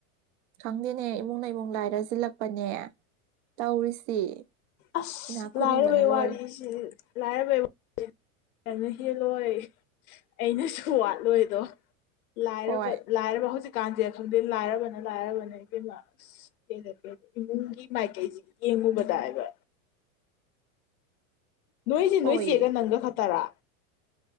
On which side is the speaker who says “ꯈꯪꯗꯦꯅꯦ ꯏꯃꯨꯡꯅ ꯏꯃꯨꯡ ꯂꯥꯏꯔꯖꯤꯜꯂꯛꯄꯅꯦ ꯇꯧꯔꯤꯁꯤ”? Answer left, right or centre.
Right